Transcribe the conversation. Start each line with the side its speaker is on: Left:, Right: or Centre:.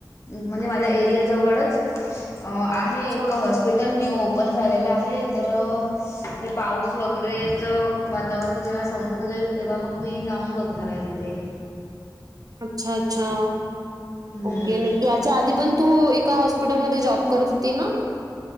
Left: म्हणजे माझ्या एरियाजवळच अ आहे
Right: अच्छा.
Left: एक हॉस्ट हॉस्पिटल न्यू ओपन झालेलं आहे तर हे पाऊस वगैरेच वातावरण जेव्हा संपून जाईल तेव्हा मग मी जाऊन बघणार आहे तिथे.
Right: अच्छा अच्छा
Left: हम्म.
Right: ओके. त्या आधी पण तू एका हॉस्पिटलमध्ये जॉब करत होती ना.